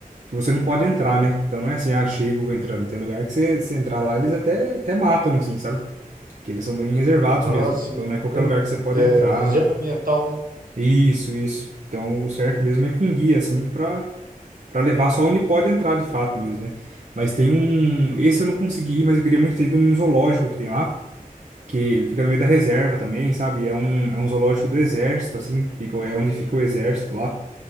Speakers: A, on the right; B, on the right.
A: que você não pode entrar, né? Então não é assim, ah, chego, vou entrando. Tem lugar que você, você entrar lá, eles até, até matam, assim, sabe? Que eles são bem reservados
B: Ah,
A: mesmo.
B: sim.
A: Então não é qualquer
B: Tendo,
A: lugar que você pode
B: é,
A: entrar.
B: reserva ambiental, né?
A: Isso, isso. Então o certo mesmo é com um guia, assim, pra, pra levar só onde pode entrar de fato mesmo, né? Mas tem um. Esse eu não consegui, mas eu queria muito ter ido num zoológico que tem lá. Que ele fica no meio da reserva também, sabe? É um, é um zoológico do exército, assim, fica, é onde fica o exército lá.